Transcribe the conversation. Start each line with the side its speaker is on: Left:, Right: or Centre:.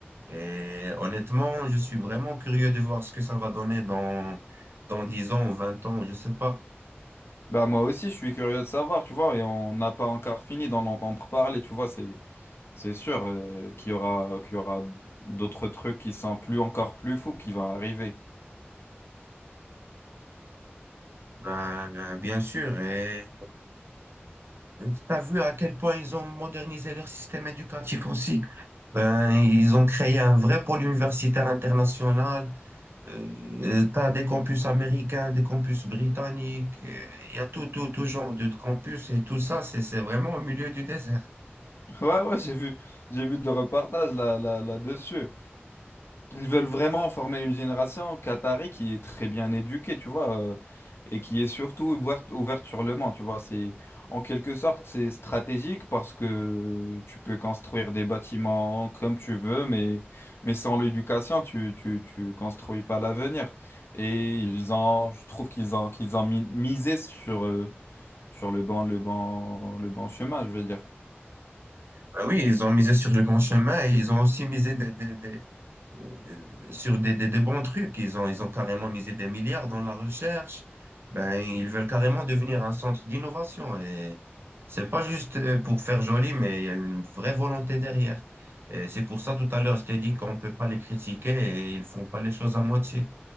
Right: Et honnêtement, je suis vraiment curieux de voir ce que ça va donner dans, dans 10 ans ou 20 ans, je sais pas.
Left: Bah moi aussi, je suis curieux de savoir, tu vois, et on n'a pas encore fini d'en entendre parler, tu vois, c'est... C'est sûr euh, qu'il y aura, qu'il y aura d'autres trucs qui sont plus encore plus fous qui vont arriver. <laughs>
Right: Ben, euh, bien sûr. Et tu as vu à quel point ils ont modernisé leur système éducatif aussi. Ben, ils ont créé un vrai pôle universitaire international. Euh, tu as des campus américains, des campus britanniques. euh, Il y a tout, tout, tout genre de campus et tout ça, c'est, c'est vraiment au milieu du désert.
Left: Ouais, ouais, j'ai vu, j'ai vu des reportages là, là, là-dessus. Ils veulent vraiment former une génération qatari qui est très bien éduquée, tu vois, euh, et qui est surtout ouverte, ouverte sur le monde, tu vois. C'est, en quelque sorte, c'est stratégique parce que tu peux construire des bâtiments comme tu veux, mais, mais sans l'éducation, tu, tu, tu construis pas l'avenir. Et ils ont, je trouve qu'ils ont, qu'ils ont mi- misé sur, euh, sur le bon, le bon, le bon chemin, je veux dire.
Right: Ben oui, ils ont misé sur le grand chemin et ils ont aussi misé des, des, des- euh, sur des, des, des bons trucs. Ils ont, ils ont carrément misé des milliards dans la recherche. Ben, ils veulent carrément devenir un centre d'innovation. Et c'est pas juste euh, pour faire joli, mais il y a une vraie volonté derrière. Et c'est pour ça, tout à l'heure, je t'ai dit qu'on peut pas les critiquer et ils font pas les choses à moitié.